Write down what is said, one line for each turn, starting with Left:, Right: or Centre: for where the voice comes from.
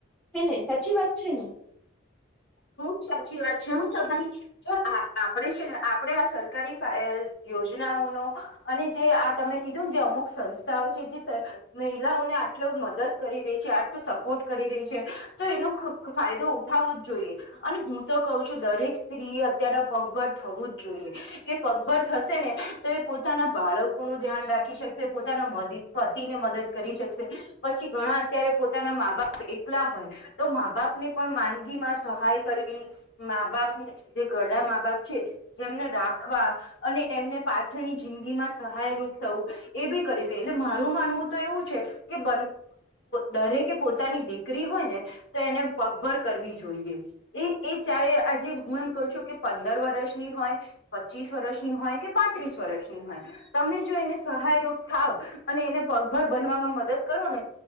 Centre: હે ને સાચી વાત છે ને
Left: ખુબ સાચી વાત છે હું તમારી તો આપણેે છે ને આપણે આ સરકારી યોજનાઓનો અને જે આ તમે કીધું ને જે અમુક સંસ્થાઓ છે જે મહિલાઓને આટલો મદદ કરી રહી છે આટલો સપોર્ટ કરી રહી છે તો એનો ફાયદો ઉઠાવો જોઈએ અને હું તો કહ છું દરેક સ્ત્રીએ અત્યના પગભર થવું જ જોઈએ કે પગભર થશે ને તો એ પોતાના બાળકોનું ધ્યાન રાખી શકશે પોતાના મધ પતિને મદદ કરી શકશે પછી ઘણા અત્યારે પોતાના મા બાપ એકલા હોય તો મા બાપ ને પણ માંદગી માં સહાય કરવી મા બાપ ને જે ઘડા મા બાપ છે જેમને રાખવા અને એમને પાછળની જિંદગીમાં સહાયરૂપ થવું એ બી કરી છે એટલે મારું માનવું તો એવું છે કે દરેકે પોતાની દીકરી હોય ને તો એને પગભર કરવી જોઈએ એ એ ચાહે આજે હું એમ કહ છું કે પંદર વર્ષની હોય પચીસ વર્ષની હોય કે પાંત્રીસ વર્ષની હોય તમે જો એને સહાયરૂૂપ થાવ અને એને પગભર બનવામાં મદદ કરો ને